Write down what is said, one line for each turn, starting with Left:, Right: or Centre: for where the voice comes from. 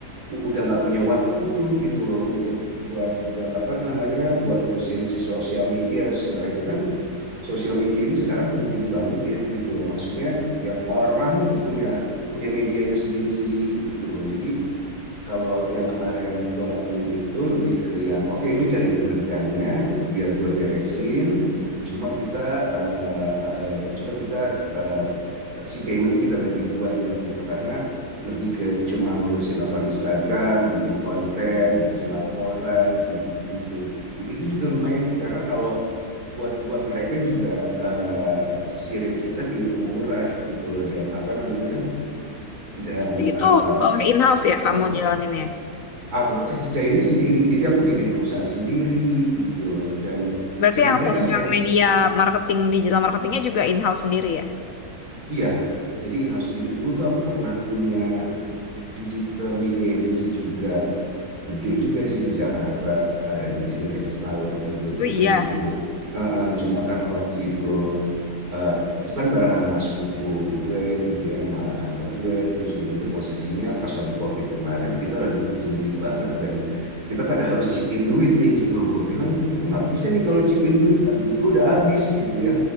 Right: u- udah nggak punya waktu tuh gitu loh untuk buat buat apa namanya buat ngurusin si sosial media sementara itu kan sosial media ini sekarang penting banget ya gitu loh maksudnya tiap orang tuh punya punya medianya sendiri-sendiri gitu loh jadi kalau yang kemarin gue lakuin itu lebih ke yang oke lu cariin kerjanya biar gue beresin cuma kita eh, eh, coba kita eh, si paymentnya kita bagi dua nih gitu karena lebih ke cuma ngurusin akun Instagram, bikin konten, ngasih laporan, kayak gitu-gitu. I- Itu juga lumayan sih karena kalau buat buat mereka juga eh si rate kita kehitung murah gitu loh dan apa namanya dan
Left: Berarti Itu
Right: eh,
Left: eh, in-house ya kamu
Right: eh,
Left: jalaninnya.
Right: aku kerjainnya sendiri jadi aku bikin perusahaan sendiri gitu loh dan
Left: Berarti
Right: sebenarnya
Left: yang sosial
Right: kan pre-
Left: media marketing digital marketingnya juga in-house sendiri ya?
Right: iya jadi in-house sendiri dulu tuh aku pernah punya digital media agency juga gede juga sih di Jakarta eh, di Sintesis Tower gitu terus
Left: Oh iya.
Right: udah gitu gue eh, eh, cuma karena waktu itu eh, itu kan bareng sama sepupu gue gitu ya sama kakak gue terus udah gitu posisinya pas lagi COVID kemarin kita lagi butuh duit banget dan kita pada harus chip in duit nih gitu loh gue bilang gue nggak bisa nih kalau chip in duit duit gue udah habis gitu ya